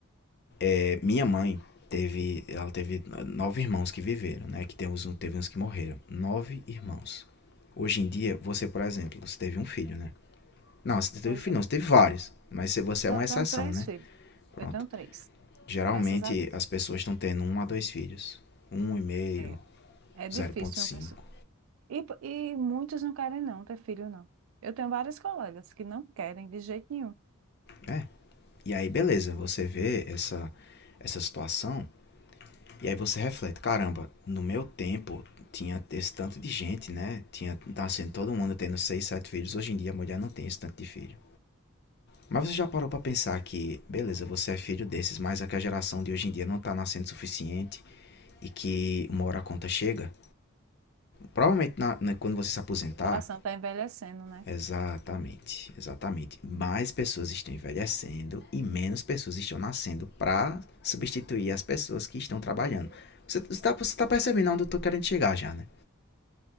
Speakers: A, on the left (about 50°); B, on the right (about 65°).
A: É, Minha mãe teve, ela teve nove irmãos que viveram, né? Que tem uns, teve uns que morreram. Nove irmãos. Hoje em dia, você, por exemplo, você teve um filho, né? Não, você teve
B: Pois
A: um filho,
B: é.
A: não, você teve vários. Mas você
B: Não,
A: é uma
B: eu
A: exceção,
B: tenho três
A: né?
B: filhos.
A: Pronto.
B: Eu tenho três.
A: Geralmente
B: Graças a Deus.
A: as pessoas estão tendo um a dois filhos. Um e meio,
B: É, é difícil
A: zero ponto cinco
B: uma pessoa. E, e muitos não querem não ter filho, não. Eu tenho várias colegas que não querem de jeito nenhum. A
A: É. E aí, beleza, você vê essa, essa situação E aí você reflete, caramba, no meu tempo tinha esse tanto de gente, né? Tinha nascendo todo mundo tendo seis, sete filhos. Hoje em dia a mulher não tem esse tanto de filho. Mas você já parou para pensar que, beleza, você é filho desses, mas é que a geração de hoje em dia não tá nascendo o suficiente e que uma hora a conta chega? Provavelmente na, na, quando você se aposentar,
B: população está envelhecendo, né?
A: Exatamente, exatamente. Mais pessoas estão envelhecendo e menos pessoas estão nascendo para substituir as pessoas que estão trabalhando. Você está você tá percebendo onde eu estou querendo chegar já, né?